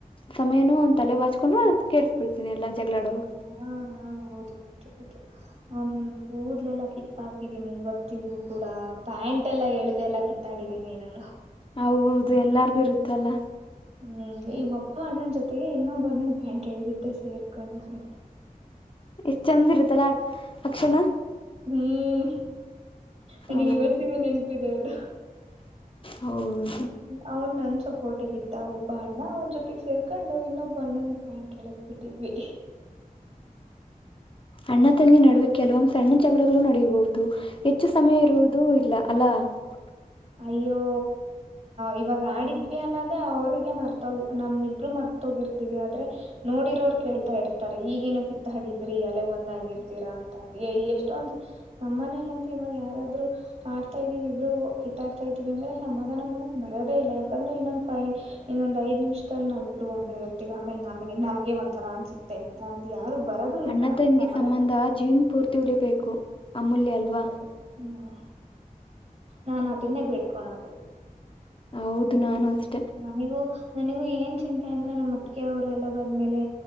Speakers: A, on the left; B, on the right.
A: ಸಮಯನು ಅವ್ ತಲೆ ಬಾಚ್ಕೊಂಡ್ರೆ ಅದುನ್ ಕೆಡ್ ಇಡ್ತೀನಿ ಎಲ್ಲ ಜಗಳಾಡವು
B: ಹಾ ಹಾ ಹೌದು ಹೌದು
A: <inaudible>
B: ಅವ್ನ್ ಕೂದಲೆಲ್ಲ ಕಿತ್ತ ಹಾಕಿದೀನಿ ಇವತ್ತಿಗೂ ಕೂಡ ಪ್ಯಾಂಟ್ ಎಲ್ಲಾ ಎಳ್ದಲ್ಲ ಕಿತ್ ಮಾತಾಡಿದೀನಿ ನಾನು
A: ಹೌದು ಎಲ್ಲರ್ಗು ಇರುತ್ತಲ್ಲ.
B: ಹ್ಮ ಈ ಒಬ್ಬ ಅಣ್ಣನ್ ಜೊತೆಗೆ ಇನ್ನೊಬ್ಬ ಅಣ್ಣುಂದ್ ಪ್ಯಾಂಟ್ ಹೇಳಿದ್ದೆ ಸೇರ್ಕೊಂಡ್ ನಾನು.
A: ಎಷ್ಟ ಚಂದ ಇರುತ್ತಲ್ಲ ಅಕ್ಷಣ
B: ಹ್ಮ್ ನನಗ್
A: ಹೌದು
B: ಇವತ್ತಿಗೂ ನೆನ್ಪಿದೆ ಅದು.
A: ಹೌದು
B: ಅವ್ನ್ ನನ್ನ ಸಪೋರ್ಟಿಗ ಇದ್ದ ಒಬ್ಬ ಅಣ್ಣ ಅವನ ಜೊತೆಗೆ ಸೇರ್ಕೊಂಡು ಇನ್ನೊಬ್ಬ ಅಣ್ಣನ್ ಪ್ಯಾಂಟ್ ಹೇಳದ್ ಬಿಟ್ಟಿದ್ವಿ.
A: <inaudible> ಅಣ್ಣ ತಂಗಿ ನಡುವೆ ಕೆಲವೊಂದ್ ಸಣ್ಣ ಜಗಳಗಳು ನಡೆಯಬಹುದು ಹೆಚ್ಚು ಸಮಯ ಇರುವುದು ಇಲ್ಲ ಅಲ <inaudible>
B: ಅಯ್ಯೋ ಇವಾಗ ಆಡಿದ್ವಿ ಅನ್ನೋದೇ ಅವ್ರಿಗೆ ಮರ್ತೋಗಿ ನಮ್ಮಿಬ್ರು ಮರ್ತೋಗಿರ್ ಆದ್ರೆ ನೋಡಿರೋರು ಕೇಳ್ತಾ ಇರ್ತಾರೆ ಈಗಿನ್ನು ಕಿತ್ತ ಹಾಡಿದ್ರಿ ಅಲೆ ಒಂದ್ಗಿರ್ದೀರಾ ಅಂತ. ಎಷ್ಟೊಂದ ನಮ್ಮ ಮನೇಲ್ಲ್ ಅಂತ ಇವಾಗ ಯಾರಾದ್ರು ಆಡ್ತಾ ಇದೀವಿ ಇಬ್ರು ಕಿತ್ತಾಡ್ತಾ ಇದವಿ ಅಂದ್ರೆ ಸಮಾಧಾನ ಮಾಡೊಕ್ ಬರೋದೇ ಇಲ್ಲ ಯಾಕಂದ್ರೆ ಇನ್ನೊಂದು ಫೈ ಇನ್ನೊಂದ್ ಐದ್ ನಿಮಿಷದಲ್ಲಿ ನಾವ್ವಿಬ್ಬರು ಒಂದ್ ಆರ್ತಿವಿ ಆಮೇಲೆ ನಮಗೆ ನಮ್ಗೆ ಒಂಥರ ಅನ್ಸು ಮತ್ತೆ ಅಂತ ಅಂದ ಯಾರು ಬರದು ಇಲ್ಲ
A: ಅಣ್ಣ ತಂಗಿ
B: ಸಮಾಧಾನ
A: <unintelligible> ಪೂರ್ತಿ ಉಳಿಬೇಕು. ಅಮೂಲ್ಯ
B: ಹೌದ
A: ಅಲ್ವಾ
B: ಹ್ಮ ನಾನು ಅದುನ್ನೇ ಬೇಡಿಕೋಳೋದು.
A: ಹೌದು ನಾನು ಅಷ್ಟೇ.
B: ನನಿಗೂ ನನಿಗೂ ಏನ್ ಚಿಂತೆ ಅಂದ್ರೆ ನಮ್ಮ ಅತ್ತಿಗೆ ಅವರೆಲ್ಲ ಬಂದ್ಮೇಲೆ.